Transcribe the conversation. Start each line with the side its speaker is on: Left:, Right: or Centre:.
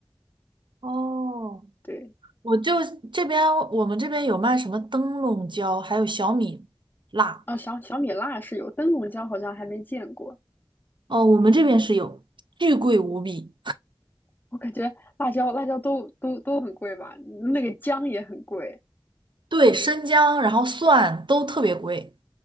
Right: 哦，
Left: 对，
Right: 我就这边我们这边有卖什么灯笼椒，还有小米辣，
Left: 啊，小小米辣是有，灯笼椒好像还没见过。
Right: 哦，我们这边是有，巨贵无比。
Left: 我感觉辣椒辣椒都都都很贵吧，那个姜也很贵，
Right: 对，生姜，然后蒜都特别贵。